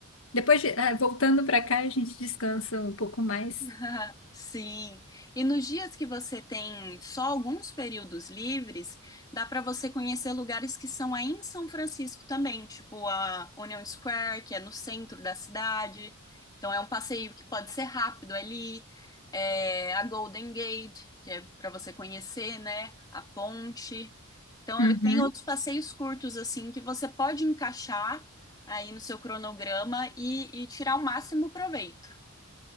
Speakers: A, on the left; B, on the left.
A: Depois, de- ah, voltando para cá, a gente descansa um pouco mais.
B: <laughs> Sim. E nos dias que você tem só alguns períodos livres, dá para você conhecer lugares que são aí em São Francisco também, tipo a Union Square, que é no centro da cidade. Então é um passeio que pode ser rápido ali. É, a Golden Gate, que é para você conhecer, né? A ponte. Então,
A: Uhum,
B: eu tenho outros passeios curtos, assim, que você pode encaixar aí no seu cronograma e, e tirar o máximo proveito.